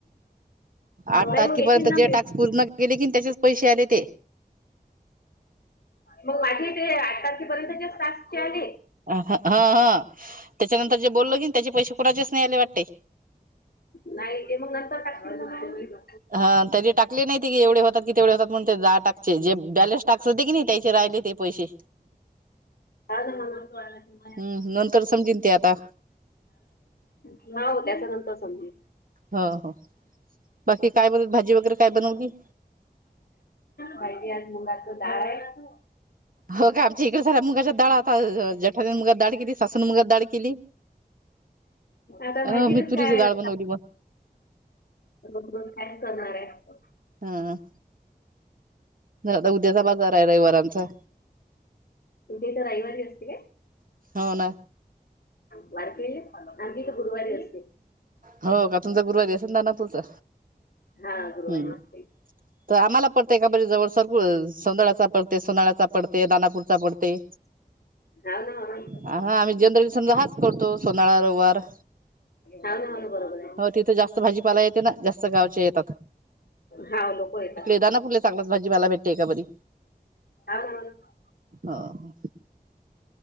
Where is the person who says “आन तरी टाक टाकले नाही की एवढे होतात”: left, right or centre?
Right